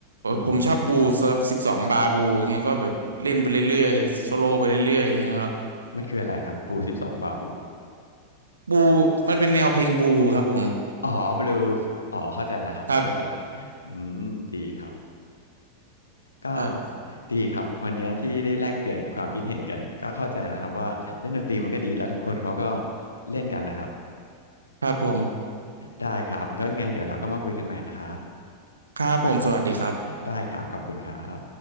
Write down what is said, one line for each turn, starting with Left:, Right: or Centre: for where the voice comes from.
Left: อืม
Right: ผมชอบบูครับสิบสองบาบูอย่างเงี้ยก็แบบเล่นไปเรื่อยๆโซโล่ไปเรื่อยๆอย่างเงี้ยครับ
Left: มันคืออะไรครับบูสิบสองบาบู
Right: บูมันเป็นแนวเพลงบูครับผม
Left: อ๋อบลูสอ๋อเข้าใจแล้วครับเข้าใจ
Right: ครับ
Left: อืมดีครับก็
Right: ครับ
Left: ดีครับวันนี้ที่ได้แลกเปลี่ยนความคิดเห็นกันก็เข้าใจแล้วครับว่าเล่นดนตรีมันก็ดีแล้วทุกคนเขาก็เล่นกันนะครับ
Right: ครับผม
Left: ได้ครับแล้วยังไงเดี๋ยวเราก็มาคุยกันใหม่นะครับ
Right: ครับผมสวัสดีครับ
Left: ได้ครับขอบคุณครับ